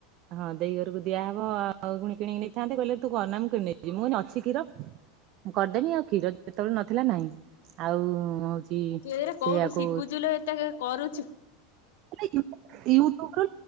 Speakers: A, on the right (about 50°); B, on the left (about 65°).
A: ହଁ ଦେଇ ଘରକୁ ଦିଆହବ ଆଉ କିଣି କିଣି ନେଇଥାନ୍ତେ କହିଲେ ତୁ କରନା ମୁଁ କିଣି ନେଇିବି ମୁଁ କହିଲି ଅଛି କ୍ଷୀର।
B: ହ
A: କରିଦେମି ଆଉ କ୍ଷୀର ଯେତେବେଳେ ନଥିଲା ନାହିଁ, ଆଉ
B: ତୁ ଏରା କୋଉଠୁ
A: ସେଇଆକୁ
B: ଶିଖୁଛୁ ଏତେ ବପୁଚୁ।
A: ୟୁଟୁବ ରୁ ୟୁଟୁବ